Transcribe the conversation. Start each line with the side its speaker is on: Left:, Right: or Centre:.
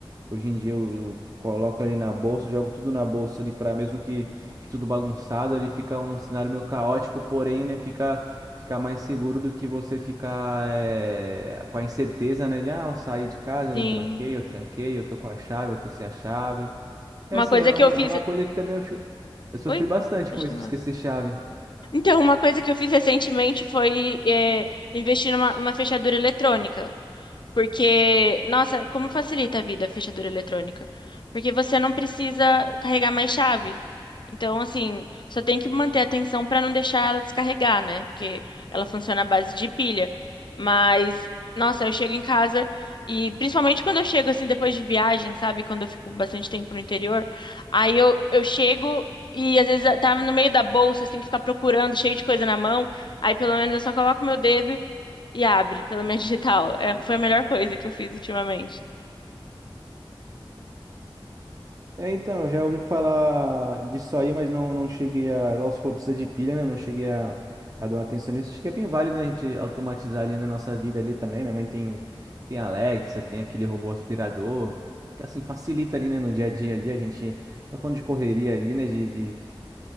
Right: hoje em dia eu, eu coloco ali na bolsa, jogo tudo na bolsa ali para mesmo que que tudo bagunçado, ele fica um cenário meio caótico, porém, né, fica Ficar mais seguro do que você ficar eh, com a incerteza, né? De, ah, eu saí de casa, eu
Left: Sim.
Right: não tranquei, eu tranquei, eu tô com a chave, eu tô sem a chave. É
Left: Uma
Right: assim,
Left: coisa
Right: é, um-
Left: que eu fiz.
Right: é uma coisa que também eu, fi- eu sofri
Left: Oi?
Right: bastante
Left: Pode
Right: com isso
Left: terminar.
Right: de esquecer chave.
Left: Então, uma coisa que eu fiz recentemente foi é, investir numa numa fechadura eletrônica. Porque, nossa, como facilita a vida a fechadura eletrônica? Porque você não precisa carregar mais chave. Então, assim, só tem que manter a atenção para não deixar ela descarregar, né? Porque ela funciona à base de pilha. Mas, nossa, eu chego em casa e, principalmente quando eu chego, assim, depois de viagem, sabe? Quando eu fico bastante tempo no interior, aí eu, eu chego. E às vezes tá no meio da bolsa, você tem que ficar procurando, cheio de coisa na mão. Aí pelo menos eu só coloco o meu dedo e abre pela minha <laughs> digital. É, foi a melhor coisa que eu fiz ultimamente.
Right: É, então, eu já ouvi falar disso aí, mas não, não cheguei a. Igual você falou, precisa de pilha, né? Não cheguei a, a dar uma atenção nisso. Acho que é bem válido, né, a gente automatizar ali na nossa vida ali também. Minha mãe tem, tem Alexa, tem aquele robô aspirador. Que assim, facilita ali, né, no dia a dia ali. A gente tá falando de correria ali, né? De, de